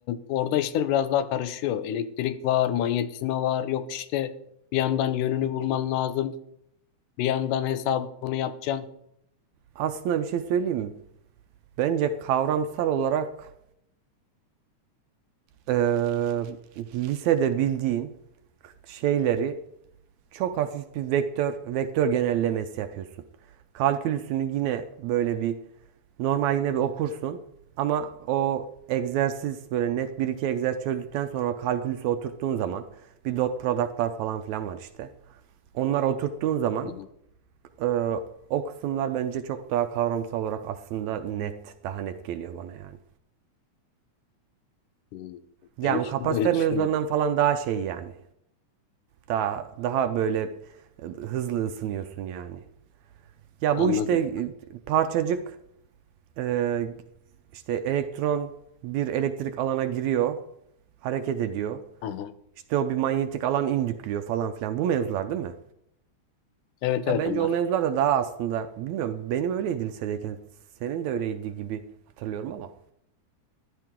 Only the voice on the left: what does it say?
orada işler biraz daha karışıyor. Elektrik var, manyetizma var. Yok işte bir yandan yönünü bulman lazım. Bir yandan hesabını yapacaksın.
Hı hı.
Hı.
Ben hiç
<laughs> böyle düşünmedim.
Anladım.
Aha.
Evet
evet
onlar.